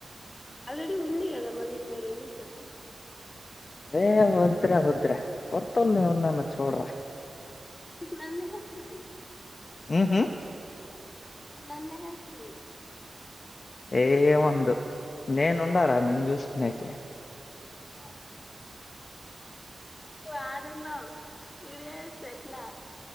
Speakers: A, on the left; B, on the left.
A: ఆల్రెడీ ఉంది కదా మళ్ళీ ఇంకొకరు ఎందుకు చెప్పు
B: ఏయ వొద్ర వొద్ర కొత్తల్ని ఎవరన్నన్న చూడరా
A: నన్నహస్తది <unintelligible>
B: మ్.. హుమ్మ్
A: అ నన్నే హెహెస్తది
B: ఏ... మందు నేనుండారా నిను చూసుకునేకి
A: ఆ <unintelligible> నువు ఆడున్నావు ఇంటి చేస్తెఎట్లా